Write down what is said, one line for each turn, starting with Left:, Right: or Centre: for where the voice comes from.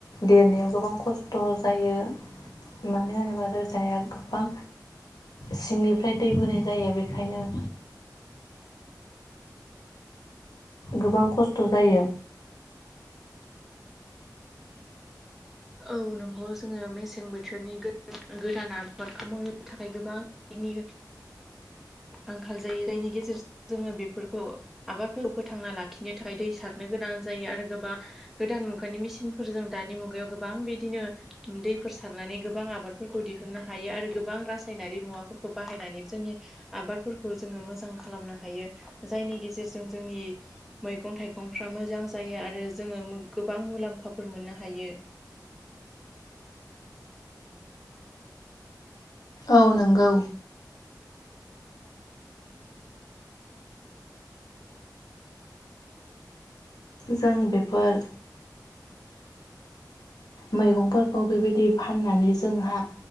Left: देरनायाव गोबां खस्थ' जायो। मानो होनोबा रोदाया गोबां सिंनिफ्राय दै बोनाय जायो बे। ओंखायनो गोबां खस्थ' जायो
Centre: औ नंगौ जोङो मेसें बोथोरनि गोदान आबादखौ मावनो थाखाय गोबां दैनि आंखाल जायो दैनि गेजेरजों जोङो बेफोरखौ आबादखौ फोथांना लाखिनो था खाय दै सारनो गोनां जायो आरो गोबां गोदान मुगानि मेसिनफोरजों दानि मुगायाव गो बां बिदिनो दैफोर सारनानै गोबां आबादफोरखौ दिहुननो हायो आरो गोबां रासायनारि मुवाफोर खौ बाहायनानै जोंनि आबादफोरखौ जोङो मोजां खालामनो हायो‌। जायनि गेजेरजों जोंनि मैगं-थाइगंफ्रा मोजां जायो आरो जोङो गोबां मुलाम्फाफोर मोननो हायो।
Left: औ नोंगौ। जों बेफोर मैगंफोरखौ बेबायदि फाननानै जोंहा